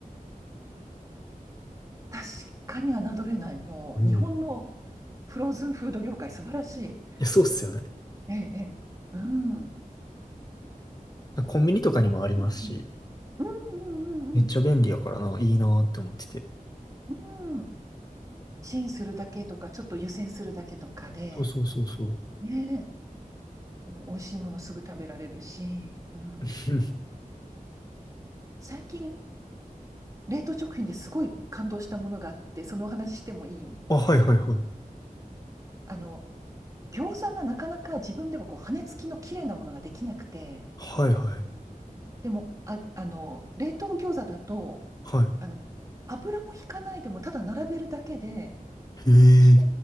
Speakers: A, on the right; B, on the left.
A: 確かに侮れない。もう、
B: うん。
A: 日本の
B: い
A: フローズンフード業界、素晴らしい。
B: や、そうっすよね。
A: ええ、ええ。うん。いや、
B: コンビニとかにもありますし、
A: あのうんうんうんうんうん
B: めっちゃ便利やからな、いいなって思ってて。
A: うん。うん。チンするだけとか、ちょっと湯煎するだけとかで、
B: そうそうそうそう。
A: ねえ、もう美味しいものすぐ食べられるし、うん。
B: <laughs>
A: 最近、冷凍食品ですごい感動したものがあって、そのお話してもいいですか
B: あ、はいはいはい。
A: あの、餃子がなかなか自分でもこう、羽根付きの綺麗なものができなくて、
B: はいはい。
A: でも、あ、あの、冷凍餃子だと、
B: は
A: あの、油も引かないでも、ただ並べるだけで、
B: い。へえ。
A: きれ